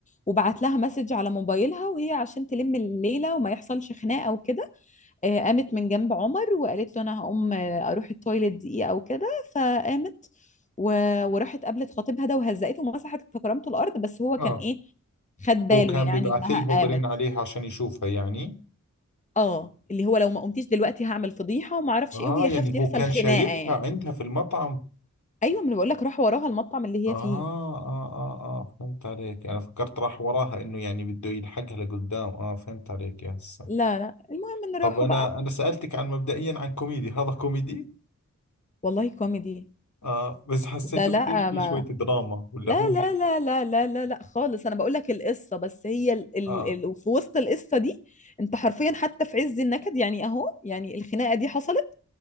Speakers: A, on the left (about 25°); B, on the left (about 70°).
A: وبعت لها مسج على موبايلها وهي عشان تلم الليله وما يحصلش خناقه وكده آه، قامت من جنب عمر وقالت له انا هقوم آه، اروح التويليت دقيقه او كده فقامت و... وراحت قابلت خطيبها ده وهزقته ومسحت في كرامته الارض بس هو
B: اه
A: كان ايه خد باله
B: هو كان
A: يعني
B: بيبعث
A: انها
B: لها وبرن
A: قامت
B: عليها عشان يشوفها يعني
A: اه اللي هو لو ما قمتيش دلوقتي هعمل فضيحه وما اعرفش
B: اه
A: ايه وهي
B: يعني
A: خافت يحصل
B: هو كان
A: خناقه
B: شايفها
A: يعني
B: عندها في المطعم
A: ايوه ما أنا بقول لك راح وراها المطعم اللي
B: اه
A: هي فيه
B: اه اه اه فهمت عليك انا فكرت راح وراها انه يعني بده يلحقها لقدام اه فهمت عليك يا هسه
A: لا لا المهم ان
B: طب
A: راحوا
B: انا
A: بقى
B: انا سألتك عن مبدئيا عن كوميدي هذا كوميدي
A: والله كوميدي
B: اه بس حسيته
A: ده لا
B: كثير في
A: ما
B: شوية دراما ولا
A: لا
B: هو
A: لا
B: هيك
A: لا لا لا لا لا خالص انا بقول لك القصه بس هي ال ال
B: اه
A: ال في وسط القصه دي انت حرفيا حتى في عز النكد يعني اهو يعني الخناقه دي حصلت